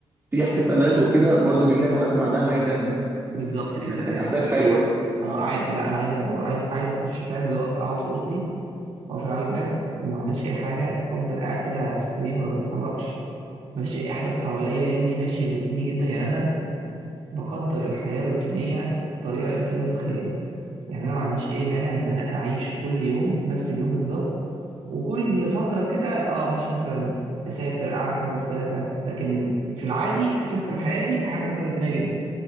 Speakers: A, on the right (about 20°); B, on the right (about 85°).
A: في احتفالات وكده برضو بيجي لك وقت بعدها انا عايز اهدى
B: بالظبط كده
A: يعني كانت
B: ايوه
A: احداث
B: بالظبط
A: حلوة
B: اه عادي لا انا عايز اهدى عايز عايز اخش فاهم اللي هو اقعد في اوضتي واقفل على الباب وما اعملش اي حاجه افضل قاعد كده في السرير ما بتحركش مفيش اي احداث حواليا يومي ماشي روتيني جدا يعني انا بقدر الحياة الروتينية بطريقة أنت لا تتخيلها يعني أنا ما عنديش أي مانع إن أنا أعيش كل يوم نفس اليوم بالظبط وكل فترة كده أه ماشي مثلا أسافر أعمل حاجة مختلفة لكن في العادي سيستم حياتي أحب الحياة الروتينية جدا